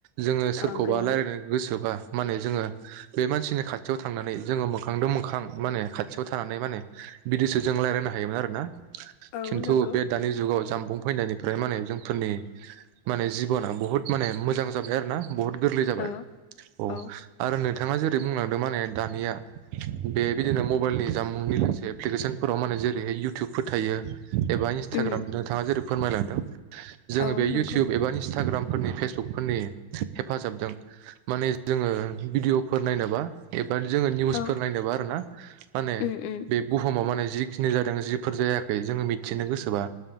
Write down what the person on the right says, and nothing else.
जोंङो सोरखौबा
रायलायनो गोसोबा माने जोंङो बे मानसिनि खाथियाव थांनानै जोंङो मोखांजों मोखां माने खाथियाव थानानै माने बिदिसो जों रायलायनो हायोमोन आरो ना।
खिन्थु
बे दानि जुगाव जाम्बुं फैनायनिफ्राय माने जों फोरनि माने जिबना बुहुत माने मोजां जाबाय आरो ना? बहुत गोरलै जाबाय
अ
आरो नै - बिथांङा जेरै बुंलांदों माने दानिया बे बिदिनो मबाइलनि जामुनि लोगोसे एप्लिकेसनफोराव माने जेरैहाय इउटुबफोर थायो एबा इन्सटाग्राम
नोंथांङा जेरै फोरमायलांदों जोंङो
बे
इउटुब एबा इन्सटाग्राम फोरनि फेसबुक फोरनि हेफाजाबदों माने जोंङो भिडिअफोर नायनोबा बा जोंङो निउसफोर
नायनोबा आरो ना माने
बुहुमाव माने जिखिनि जादों जिफोर जायाखै जोंङो मिथिनो गोसोबा